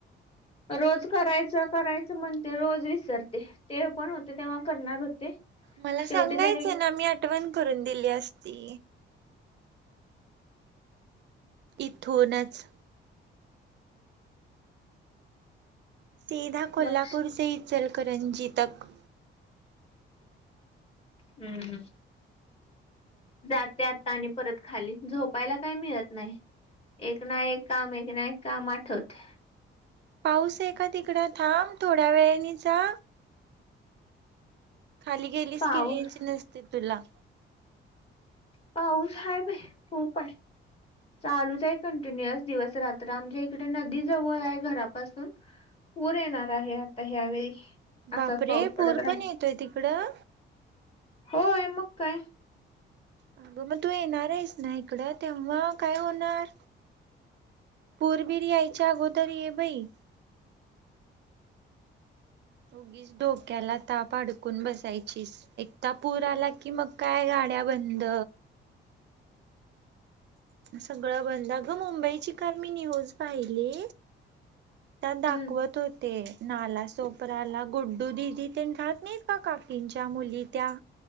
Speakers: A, on the left; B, on the right.
A: रोज करायचं करायचं म्हण ते रोज विसरते ते पण होते तेव्हा करणार होते.
B: मला सांगायचं
A: शेवटी त्यांनी
B: ना मी आठवण करून दिली असती. इथूनच. सीधा कोल्हापूर
A: लक्ष
B: से इचलकरंजी तक.
A: हम्म. जाते आता आणि परत खाली झोपायला काय मिळत नाही. एक ना एक काम एक ना एक काम आठवतय.
B: पाऊस हे का तिकड थांब थोड्या वेळेनी जा. खाली गेलीस
A: पाऊस
B: की रेंज नसते तुला.
A: पाऊस हाय बई खूप हाय. चालूच आहे कंटिन्युअस दिवस रात्र आमच्या इकडे नदी जवळ हाय घरापासून. पूर येणार आहे आता ह्यावेळी. असाच
B: बापरे
A: पाऊस पडत
B: पुर
A: राहील
B: पण येतोय तिकडं.
A: होय मग काय.
B: अग मग तू येणार आहेस ना, इकडं तेव्हा काय होणार. पूर बिर यायच्या अगोदर ये बाई. उगीच डोक्याला ताप अडकून बसायचीस. एक ता पूर आला कि मग काय गाड्या बंद. सगळं बंद आगं मुंबईची काल मी न्यूज पाहिली. त्यात
A: हम्म
B: दाखवत होत. ते नाला सोपराला गुड्डू दिदी तेन राहत नाहीत का काकींच्या मुली त्या